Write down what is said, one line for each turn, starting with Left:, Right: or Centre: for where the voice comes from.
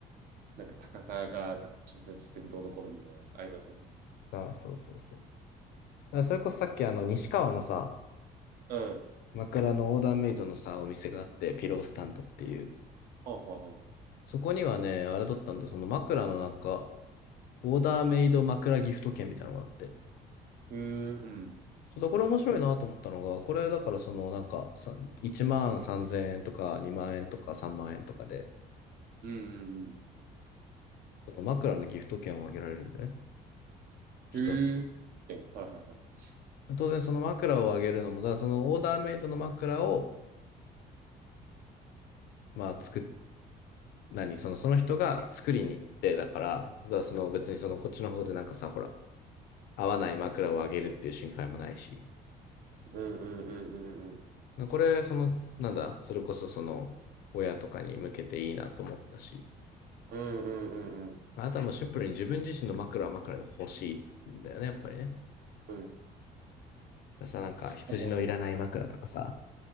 Right: なんか高さがた調節してどうのこうのみたいなのありますよね。
Left: あ、そうそうそう。だからそれこそさっきあの、西川のさ、
Right: うん。
Left: 枕のオーダーメイドのさ、お店があって、ピロースタンドっていう。
Right: あ、はは。
Left: そこにはね、あれだったんで、その枕のなんか、オーダーメイド枕ギフト券みたいなのがあって、
Right: へえ、うん。うん
Left: そうだ、これ面白いなと思ったのが、これだからそのなんかさ1万3000円とか2万円とか3万円とかで、
Right: うん
Left: その枕のギフト券をあげられるんだよね、人に。
Right: うん。へえ。えはいはいはい。
Left: 当然その枕をあげるのも、だからそのオーダーメイドの枕を、まあ作っ、何、その、その人が作りに行って、だから、だからその別にそのこっちの方でなんかさ、ほら、合わない枕をあげるっていう心配もないし、
Right: うんうんうんうんうん。
Left: これ、その、なんだ、それこそその、親とかに向けていいなと思ったし、
Right: うんうんうんうん。
Left: まあとはもうシンプルに自分自身の枕は枕で欲しいんだよね、やっぱりね。
Right: うん。
Left: さ、なんか羊のいらない枕とかさ、
Right: なるほど